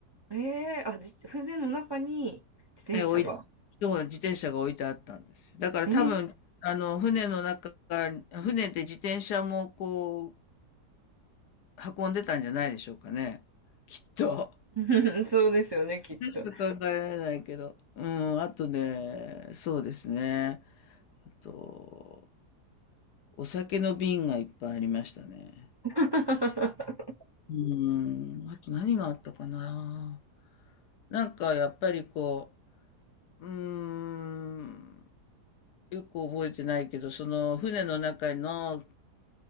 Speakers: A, on the right (about 30°); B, on the left (about 80°).
A: えー、あ、じ、船の中に自転車が。
B: え、置い、そう、自転車が置いてあったんですよ。だから多分、
A: えー、
B: あの、船の中、船で自転車もこう、運んでたんじゃないでしょうかね。きっと。
A: うんそうですよね、きっと。
B: 私と考えられないけど。うん、あとね、そうですね。あと、お酒の瓶がいっぱいありましたね。
A: <laughs>
B: うん、あと何があったかな。なんかやっぱりこう、うーん。よく覚えてないけど、その船の中の、